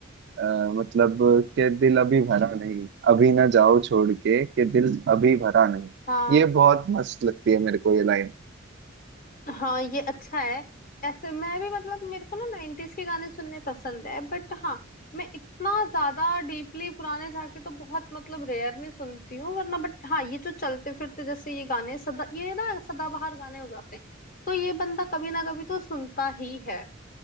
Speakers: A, on the right (about 55°); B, on the left (about 45°).
A: अ, मतलब के दिल अभी भरा नहीं अभी ना जाओ छोड़ के के दिल अभी भरा नहीं
B: हाँ
A: ये बहुत मस्त लगती है मेरे को ये लाइन
B: हाँ ये अच्छा है ऐसे मैं भी मतलब मेरे को ना 90s के गाने सुनने पसंद है बट हाँ मैं इतना ज्यादा डीपली पुराने जाके तो बहुत मतलब रेयर में सुनती हूँ वरना बट हाँ ये जो चलते फिरते जैसे ये गाने सदा ये ना सदाबहार गाने हो जाते हैं तो ये बंदा कभी ना कभी तो सुनता ही है